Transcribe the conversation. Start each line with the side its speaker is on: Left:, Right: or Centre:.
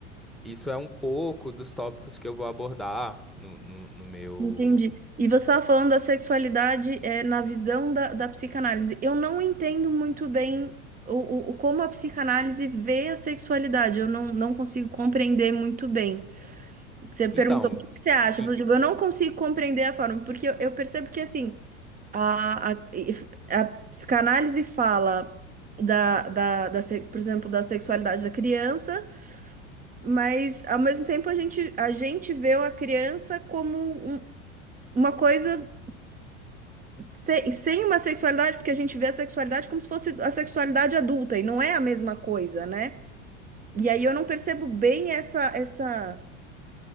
Centre: isso é um pouco dos tópicos que eu vou abordar no, no no meu
Right: Entendi. E você estava falando da sexualidade é, na visão da, da psicanálise. Eu não entendo muito bem o, o- o- como a psicanálise vê a sexualidade. Eu não, não consigo compreender muito bem. Você perguntou
Centre: Então,
Right: o que que você acha.
Centre: e-
Right: Eu falei, "Tipo, eu não consigo compreender a forma, porque eu, eu percebo que assim a, a, a psicanálise fala da, da, da, se- por exemplo, da sexualidade da criança, mas ao mesmo tempo a gente, a gente vê a criança como um- uma coisa. Sem, sem uma sexualidade, porque a gente vê a sexualidade como se fosse a sexualidade adulta, e não é a mesma coisa, né? E aí eu não percebo bem essa, essa,